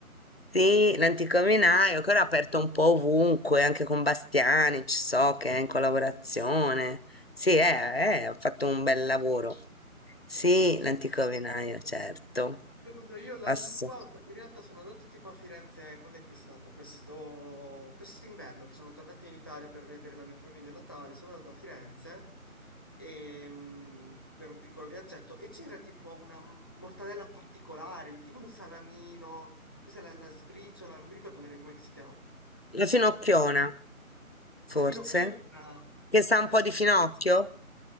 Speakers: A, on the left; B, on the left.
A: Sì, l'antico vinaio, che ora è aperto un po' ovunque, anche con Bastiani, ci so che è in collaborazione. Sì, eh, eh, ha fatto un bel lavoro. Sì,
B: Eh sì.
A: l'antico vinaio, certo.
B: Poi quando io la-
A: Ass-
B: l'ultima volta, in realtà sono andato tipo a Firenze, eh, quando è che è stato? Questo quest'inverno che sono tornato in Italia per vedere la mia famiglia a Natale, sono andato a Firenze ehm, per un piccolo viaggetto e c'era tipo una m- mortadella particolare, lì, tipo un salamino, cos'è la, la sbriciola, non mi ricordo bene come si chiama.
A: La Finocchiona, forse,
B: La finocchiona,
A: che sa
B: la finocchiona.
A: un po' di finocchio,